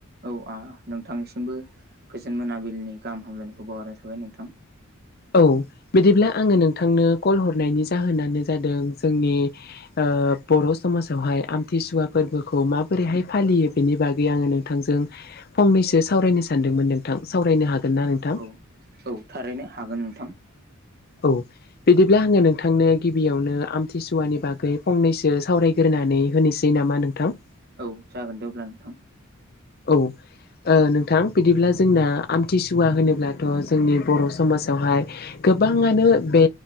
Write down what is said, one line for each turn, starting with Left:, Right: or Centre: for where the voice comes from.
Right: औ आ नोंथांनिसिमबो गोजोन मोनाबिलिनि गाहाम हामलायनायखौ बावहारनाय थाबाय नोंथां।
Left: औ बिदिब्ला आंङो नोंथांनो कल हरनायनि जाहोनानो जादों जोंनि ओ बर' समाजावहाय आमथिसुवा फोरबोखौ माबोरैहाय फालियो। बेनि बागै आंङो नोंथांजों फंनैसो सावरायनो सानदोंमोन नोंथां। सावरायनो हागोन ना नोंथां?
Right: औ औ थारैनो हागोन नोंथां।
Left: औ। बिदिब्ला आंङो नोंथांनो गिबियावनो आमथिसुवानि बागै फंनैसो सावरायग्रोनानै होनोसै। नामा नोंथां <unintelligible>
Right: औ जागोन दे अब्ला नोंथां।
Left: औ। ओ नोंथां बिदिब्ला जोंना आमथिसुवा होनोब्लाथ' जोंनि बर' समाजावहाय गोबाङानो बे